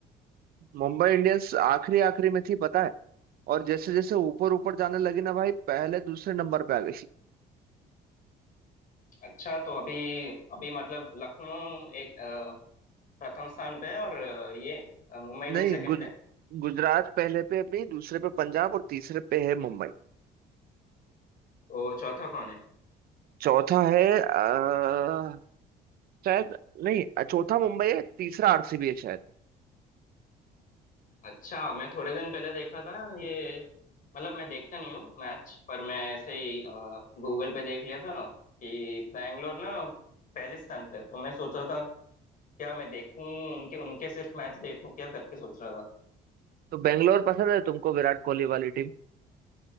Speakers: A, on the right (about 65°); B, on the left (about 55°).
A: मुंबई इंडियंस आखिरी आखिरी में थी पता है और जैसे जैसे ऊपर ऊपर जाने लगी ना भाई पहले दूसरे नंबर पे आ गई
B: अच्छा तो अभी अभी मतलब लखनऊ एक अ, प्रथम स्थान पे है और अ, ये अ, मुंबई इंडियंस
A: नहीं
B: सेकंड
A: गुज
B: पे
A: गुजरात पहले पे अपनी दूसरे पे पंजाब और तीसरे पे है मुंबई
B: तो चौथा कौन है
A: चौथा है अ, शायद नहीं चौथा मुंबई है तीसरा आरसीबी है शायद
B: अच्छा मैं थोड़े दिन पहले देखा था ये मतलब मैं देखता नहीं हूँ मैच पर मैं ऐसे ही गूगल पे देख लिया था कि बैंगलोर ना पहले स्थान पे है। तो मैं सोच रहा था क्या मैं देखूं उनके उनके सिर्फ मैच देखूं क्या करके सोच रहा था
A: तो बेंगलोर पसंद है तुमको विराट कोहली वाली